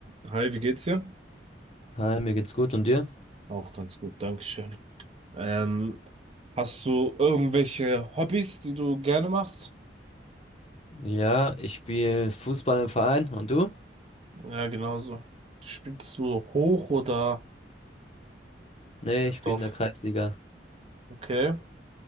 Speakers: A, on the right (about 35°); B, on the left (about 35°).
A: Hi, wie geht's dir?
B: Hi, mir geht's gut und dir?
A: Auch ganz gut, Dankeschön. Ähm, hast du irgendwelche Hobbys, die du gerne machst?
B: Ja, ich spiele Fußball im Verein und du?
A: Ja, genauso. Spielst du hoch oder
B: Nee, ich spiele
A: drauf?
B: in der Kreisliga.
A: Okay.